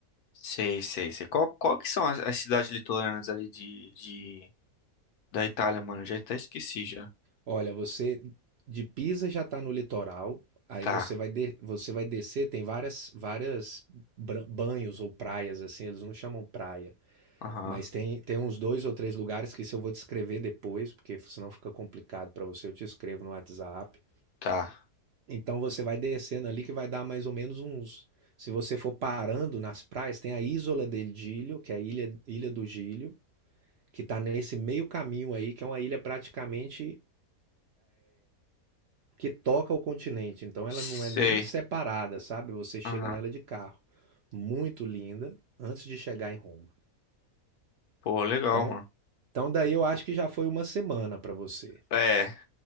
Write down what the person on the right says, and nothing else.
Olha, você de Pisa já está no litoral, aí
você vai, de- você vai descer, tem várias, várias bran- banhos ou praias, assim, eles não chamam praia,
mas tem, tem uns dois ou três lugares que isso eu vou te escrever depois, porque senão fica complicado para você, eu te escrevo no WhatsApp.
Então você vai descendo ali que vai dar mais ou menos uns. Se você for parando nas praias, tem a Isola del Giglio, que é a Ilha, Ilha do Gílio, que está nesse meio caminho aí, que é uma ilha praticamente que toca ao continente, então
ela não é nem separada, sabe? Você chega
nela de carro. Muito linda, antes de chegar em Roma.
Então,
então daí eu acho que já foi uma semana para você.